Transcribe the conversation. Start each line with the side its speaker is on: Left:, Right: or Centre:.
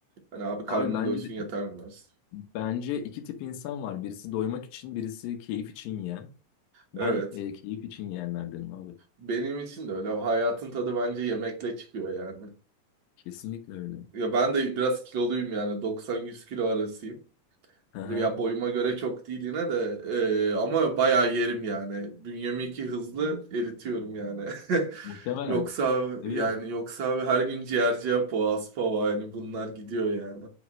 Right: Hani abi karnım
Left: Abi bence
Right: doysun yeter mi dersin?
Left: bence iki tip insan var. Birisi doymak için, birisi keyif için yiyen. Ben
Right: Evet.
Left: e, keyif için yiyenlerdenim abi.
Right: Benim için de öyle. Hayatın tadı bence yemekle çıkıyor yani.
Left: Kesinlikle öyle.
Right: Ya ben de biraz kiloluyum yani 90-100 kilo arasıyım.
Left: Hı hı.
Right: Hani Ya boyuma göre çok değil yine de e, ama bayağı yerim yani. Bünyemi iki hızlı eritiyorum yani. <laughs>
Left: Muhtemelen.
Right: Yoksa
Left: Evet.
Right: yani yoksa her gün ciğerciye boğaz pava yani bunlar gidiyor yani.